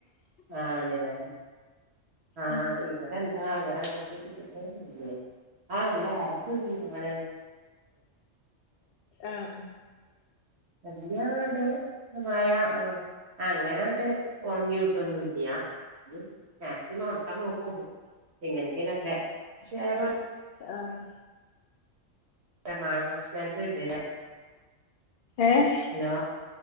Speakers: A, on the right (about 60°); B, on the left (about 60°).
A: ആണ്ല്ലേ ആ
B: ഉം
A: ഇവിടെ ആ ഇവിടെ <unintelligible> ആ ഇവിടെ <unintelligible>
B: ആഹ്
A: <unintelligible> അല്ലാണ്ട് മഴാ ആ അങ്ങനാണ്ട് ഉണങ്ങി വി <unintelligible> ന്നില്ല്യാ മാക്സിമം ഉണക്കാൻ നോക്കും എങ്ങനെങ്കിലും ഒക്കെ <unintelligible>
B: ആഹ്
A: മണാ <unintelligible>
B: ഏഹ്
A: ഹലോ